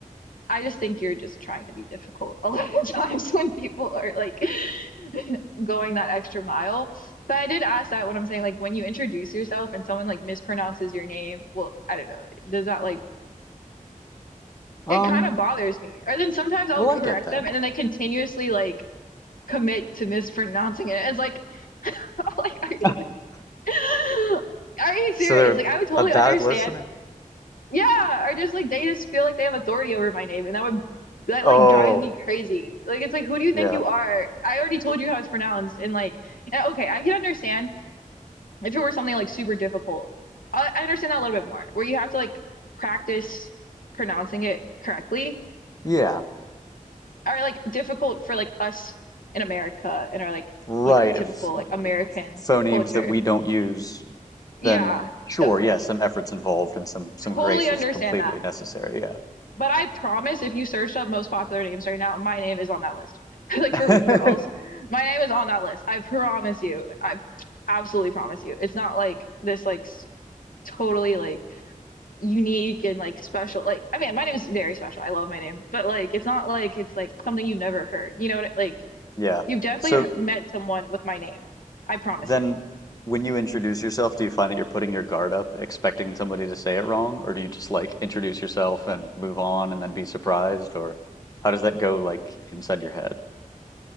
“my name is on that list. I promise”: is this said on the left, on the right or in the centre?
Left